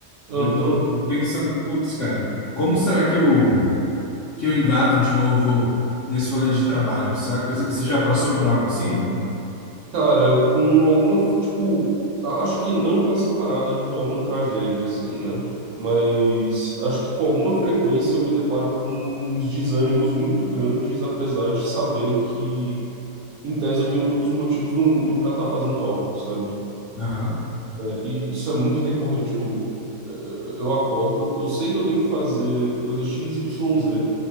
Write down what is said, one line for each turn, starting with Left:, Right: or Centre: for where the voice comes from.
Right: Aham.
Left: E eu tô pensando, putz, cara, como será que eu que eu engato de novo nesse rolê de trabalho, saca? C- Você já passou por algo assim, mano?
Right: Cara, com alguma, tipo, a- acho que não com essa parada de rolar uma tragédia, assim, né? Mas acho que com alguma frequência eu me deparo com uns desânimos muito grandes, apesar de saber que, em tese, eu tenho todos os motivos do mundo pra estar fazendo algo, sabe?
Left: Aham,
Right: E isso é muito recorrente comigo. Eu eu acordo, eu sei que eu tenho que fazer coisa X, Y, Z,